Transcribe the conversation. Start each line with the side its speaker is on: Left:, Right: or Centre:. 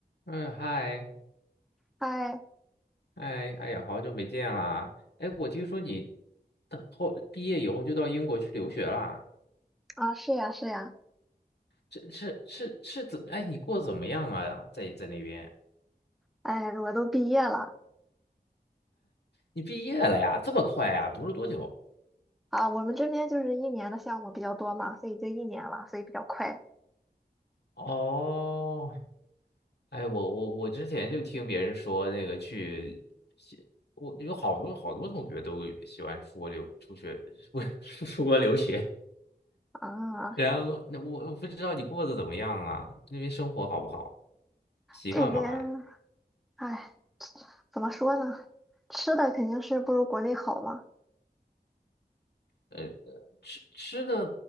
Left: 嗯，嗨，
Centre: 哎，
Left: 哎，哎呀，好久没见啦！哎，我听说你等后毕业以后就到英国去留学啦？
Centre: 啊，是呀，是呀，
Left: 这是是是怎？哎，你过得怎么样啊？在在那边，
Centre: 哎，我都毕业了
Left: 你毕业了呀？这么快啊？读了多久？
Centre: 啊。我们这边就是一年的项目比较多嘛，所以就一年了，所以比较快
Left: 哦，哎，我我我之前就听别人说那个去西，我有好多好多同学都喜欢出国留出去，不是出国留学，
Centre: 啊。
Left: 然后那我我不知道你过得怎么样啊，那边生活好不好，习惯吗还？
Centre: 这边，哎，怎么说呢？吃的肯定是不如国内好嘛。
Left: 呃，吃吃的，